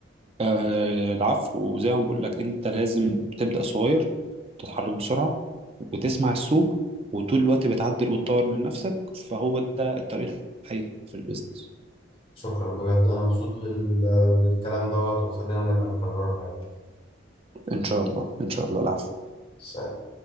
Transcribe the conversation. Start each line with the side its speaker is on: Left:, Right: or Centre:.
Right: آه العفو وزي ما بقول لك انت لازم تبدأ صغير تتحرك بسرعة وتسمع السوق وطول الوقت بتعدل وتطور من نفسك فهو ده الطريق الحقيقي في البيزنس
Left: شكرا بجد انا مبسوط بال- بالكلام دوت وخلينا نبقى نكررها يعني
Right: ان شاء الله ان شاء الله العفو
Left: بس